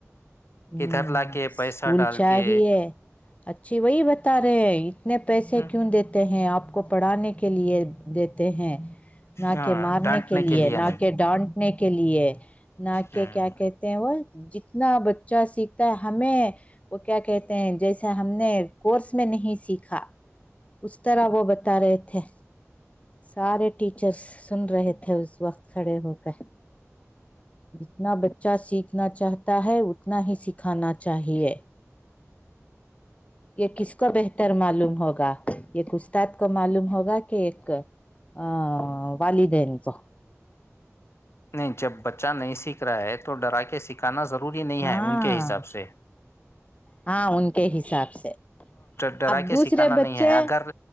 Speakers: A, on the left (about 25°); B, on the left (about 55°).
A: ہوں
B: ادھر لا کے
A: اسکول
B: پیسہ ڈال
A: چاہیے
B: کے
A: اچھی وہی بتا رہے ہیں اتنے پیسے
B: ہوں،
A: کیوں دیتے ہیں آپ کو پڑانے کے لیے دیتے ہیں نہ
B: ہاں
A: کہ مارنے
B: ڈانٹنے
A: کے لیئے
B: لیے
A: نہ
B: نہیں
A: کہ ڈانٹ نے کے لیے نہ کہ
B: ہ
A: کیا کہتے ہیں وہ جتنا چا سیکھتا ہے ہمیں وہ کیا کہتے ہیں جیسا ہم نے کورس میں نہیں سیکھا اس طرح وہ بتا رہے تھے سارے ٹیچرس سن رہے تھے اس وقت کھڑے ہو کر جتنا بچہ سیکھنا چاہتا ہے اتنا ہی سکھانا چاہیے یہ کس کو بہتر معلوم ہوگا یہ استاد کو معلوم ہوگا کہ ایک آآ والدین کو
B: نہیں جب بچہ نہیں سیکھ رہا ہے تو ڈرا کے سکھانا ضروری نہیں ہے
A: ہاں
B: ان کے حساب سے
A: ہاں ان کے حساب سے
B: ڈرا
A: اب
B: کے
A: دوسرے
B: سکھانا
A: بچے
B: نہیں ہے اگر